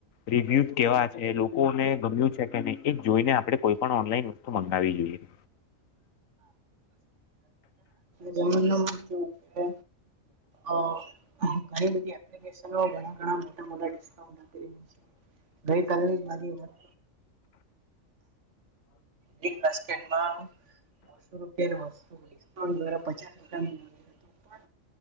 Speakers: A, on the left; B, on the right.
A: રિવ્યુ કેવા છે લોકોને ગમ્યું છે કે નહી એ જોઈને આપડણે કોઈ પણ ઓનલાઈન વસ્તુ મંગાવવી જોઈએ
B: જમન ન મત કેવું કે અ ઘણી બધી એપ્લિકેશનો ઘણા ઘણા <unintelligible> ગય કાલે નાની ઉંમરે બિગ બાસ્કેટ માં બસો રૂપિયા વસ્તુઉ દ્વારા પચાસ રૂપિયા